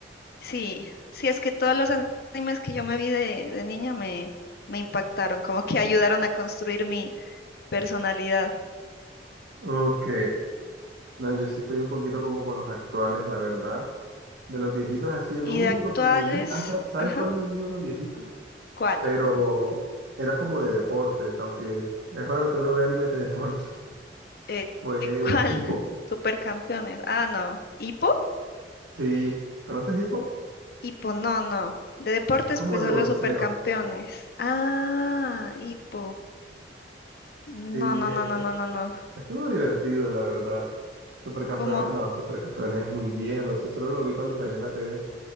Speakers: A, on the left; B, on the right.
A: Sí, sí, es que todos los an- animes que yo me vi de, de niña me, me impactaron, como que ayudaron a construir mi personalidad.
B: Ok. No, yo sí estoy un poquito como con los actuales, la verdad. De los viejitos así, el
A: Y
B: único
A: de actuales,
B: que me vi, ah, ¿sa- ¿sabes
A: ajá,
B: cuál me vi uno viejito?
A: ¿cuál?
B: pero era como de deportes, aunque es raro que uno vea animes de deportes. <laughs>
A: Eh,
B: Fue
A: eh, ¿cuál?
B: Hippo.
A: <laughs> Supercampeones. Ah, no, ¿Hipo?
B: Sí, ¿conoces Hippo?
A: Hipo, no, no. De deportes,
B: Es como
A: pues
B: de
A: solo
B: boxeo.
A: supercampeones. Ah, Hipo. No,
B: Sí,
A: no,
B: est-
A: no, no, no, no, no.
B: estuvo divertido, la verdad. Supercampeones,
A: como
B: no, Supercampeones es muy viejo, ese solo lo vi cuando salía en la TV.